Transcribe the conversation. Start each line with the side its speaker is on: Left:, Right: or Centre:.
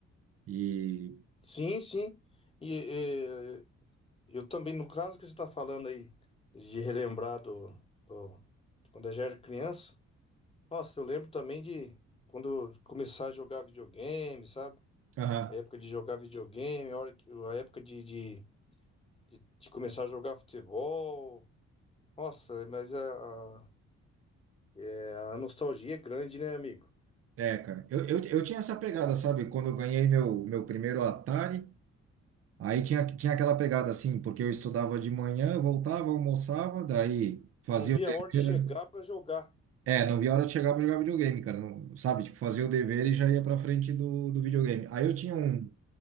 Right: E,
Left: Sim, sim. E, eh, eu também, no caso que você está falando aí, de relembrar do, do- de quando eu já era criança, nossa, eu lembro também de quando eu começar a jogar videogame, sabe?
Right: aham,
Left: A época de jogar videogame, a hora que, a época de, de, de, de começar a jogar futebol. Nossa, mas a, a é, a nostalgia é grande, né, amigo?
Right: é, cara, eu, eu, eu tinha essa pegada, sabe? Quando eu ganhei meu, meu primeiro Atari. Aí tinha, tinha aquela pegada assim, porque eu estudava de manhã, voltava, almoçava, daí fazia
Left: Não via
Right: o dever.
Left: a hora de chegar
Right: né?
Left: para jogar.
Right: É, não via a hora de chegar pra jogar videogame, cara. Não, sabe, tipo, fazia o dever e já ia pra frente do, do videogame. Aí eu tinha um,